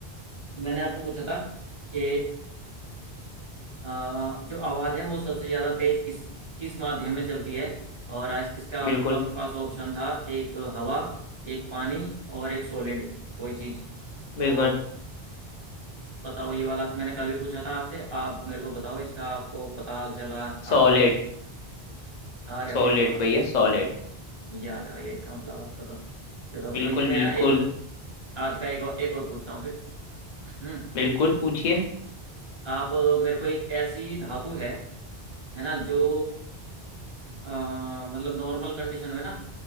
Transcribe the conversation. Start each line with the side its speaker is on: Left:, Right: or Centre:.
Right: मैंने आपको पूछा था कि आ, जो आवाज है वो सबसे ज्यादा तेज किस किस माध्यम में चलती है और आज इसका आप,
Left: बिल्कुल
Right: आपके पास ऑप्शन था एक हवा एक पानी और एक सॉलिड कोई चीज तो
Left: बिल्कुल
Right: बताओ ये वाला मैंने कल भी पूछा था आपसे आप मेरे को बताओ इसका आपको पता चला था
Left: सॉलिड
Right: कल अरे
Left: सॉलिड
Right: वाह
Left: भैया सॉलिड
Right: याद है भैया इसका मतलब आपको तो चलो
Left: बिल्कुल
Right: कोई नहीं मैं
Left: बिल्कुल
Right: एक, आज का एक और, एक और पूछता हूँ फिर हम्म
Left: बिल्कुल पूछिए
Right: आप मेरे को एक ऐसी धातु है है ना जो अ, मतलब नॉर्मल कंडीशन में ना